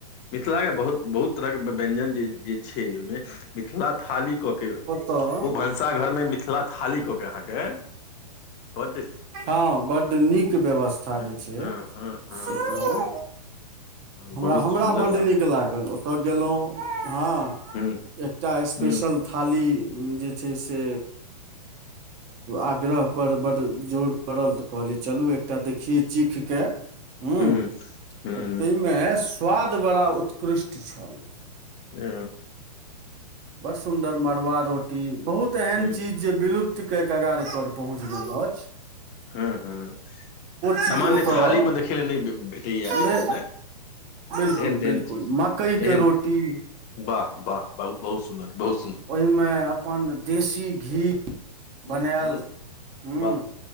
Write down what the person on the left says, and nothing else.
मिथिलाके बहुत बहुत तरहके व्यञ्जन जे जे छै ओहिमे मिथिला थाली कऽ के
भनसाघरमे मिथिला थाली कऽ के अहाँके बड
हँ
हँ हँ हँ,
बहुत
सुन्दर
हूँ
हुँ
हुँ हुँ
आ
हुँ
हँ हँ
सामान्य
थालीमे देखै लए नहि भेटैए आइ
काल्हिमे
तेहन तेहन
चीज
तेहन
वाह वाह ब बहुत सुन्दर बहुत सुन्दर
हुँ हुँ
वाह